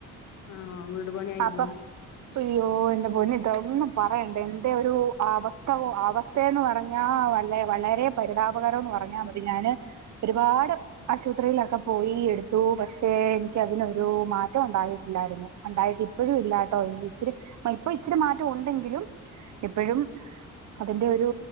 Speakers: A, on the left; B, on the right.
A: ആണോ വീട് പണ്യായ്ര്ന്നോ?
B: അപ്പൊ അയ്യോ എന്റെ പൊന്നിത്താ ഒന്നും പറയണ്ട എന്റെ ഒരു അവസ്ഥ അവസ് ത്തേന്ന് പറഞ്ഞാ വല്ല വളരെ പരിതാപകരോന്ന് പറഞ്ഞാ മതി ഞാന് ഒരുപാട് ആശുപത്രിയിലൊക്കെ പോയി എടുത്തു പക്ഷെ എനിക്കതിനൊരു മാറ്റം ഉണ്ടായിട്ടില്ലായിര്ന്നു ഉണ്ടായിട്ട് ഇപ്പഴും ഇല്ലാട്ടോ ഇച്ചിരി അ ഇപ്പൊ ഇച്ചിരി മാറ്റം ഉണ്ടെങ്കിലും ഇപ്പഴും അതിന്റെ ഒരു